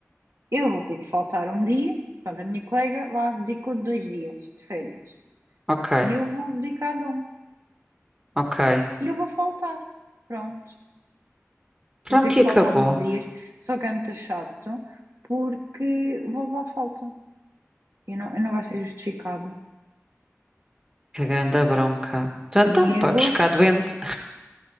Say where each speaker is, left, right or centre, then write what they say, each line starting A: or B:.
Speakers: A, on the right; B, on the right.
A: Eu vou ter que faltar um dia, pronto, a minha colega lá abdicou de dois dias de férias.
B: ok,
A: E eu vou abdicar de um.
B: ok.
A: E eu vou faltar. Pronto.
B: Pronto,
A: Vou ter que
B: e acabou.
A: faltar um dos dias, só que é muito chato porque vou levar falta e não, e não vai ser justificado.
B: Que grande bronca. Então, então,
A: E em
B: podes
A: agosto,
B: ficar doente.